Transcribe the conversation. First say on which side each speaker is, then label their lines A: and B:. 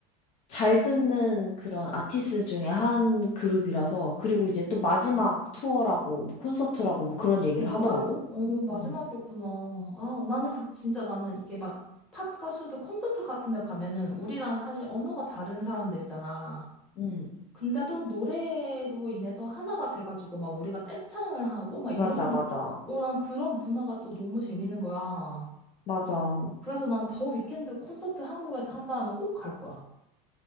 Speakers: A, on the left (about 40°); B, in the centre.
A: 잘 듣는 그런 아티스트 중에 한 그룹이라서 그리고 이제 또 마지막 투어라고 뭐 콘서트라고 뭐 그런 얘기를
B: 정말?
A: 하더라고.
B: 어, 마지막이었구나.
A: 음.
B: 아, 나는 그, 진짜 나는 이게 막, 팝 가수들 콘서트 같은 데 가면은, 우리랑 사실 언어가 다른 사람들이잖아.
A: 음,
B: 근데도 노래로 인해서 하나가 돼가지고, 막 우리가 떼창을 하고, 막 이런,
A: 맞아, 맞아.
B: 오, 난 그런 문화가 또 너무 재밌는 거야.
A: 맞아.
B: 그래서 난 더 위켄드 콘서트 한국에서 한다음에 꼭 갈 거야.